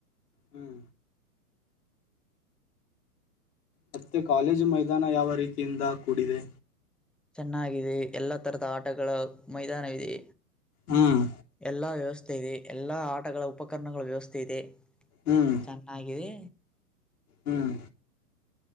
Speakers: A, on the left (about 70°); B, in the centre.
A: ಹ್ಮ್ ಮತ್ತೆ ಕಾಲೇಜು ಮೈದಾನ ಯಾವ ರೀತಿಯಿಂದ ಕೂಡಿದೆ
B: ಚೆನ್ನಾಗಿದೆ ಎಲ್ಲ ತರದ ಆಟಗಳ ಮೈದಾನವಿದೆ
A: ಹ್ಮ್
B: ಎಲ್ಲಾ ವ್ಯವಸ್ಥೆ ಇದೆ ಎಲ್ಲಾ ಆಟಗಳ ಉಪಕರಣಗಳ ವ್ಯವಸ್ಥೆ ಇದೆ
A: ಹ್ಮ್
B: ಚೆನ್ನಾಗಿದೆ
A: ಹ್ಮ್